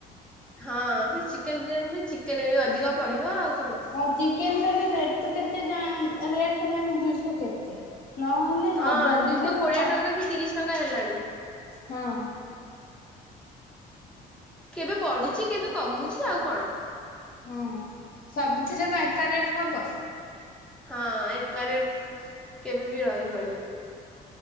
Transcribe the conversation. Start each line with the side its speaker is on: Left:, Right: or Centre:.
Centre: ହଁ ସେ ଚିକେନ ବିରିୟାନୀରେ ଚିକେନ ଏ ଅଧିକ ପଡିବ ଆଉ କଣ।
Left: ଆଉ ଚିକେନ ର ବି ରେଟ ତ କେତେ କଣ ରେଟ ହେଲାଣି ଦୁଇଶହ କେତେ ନହେଲେ।
Centre: ହଁ
Left: ହବନି
Centre: ଦୁଇଶ
Left: ଆମେ
Centre: କୋଡିଏ
Left: ପା
Centre: ଟଙ୍କା କି ତିରିଶ ଟଙ୍କା ହେଲାଣି।
Left: ହଁ।
Centre: କେବେ ବଢୁଛି କେବେ କମୁଛି ଆଉ କଣ।
Left: ହଁ ସବୁଥିରେ କଣ ଏକା ରେଟ୍ ହବ।
Centre: ହଁ ଏକା ରେଟ୍‌ କେବେ ବି ରହିବନି।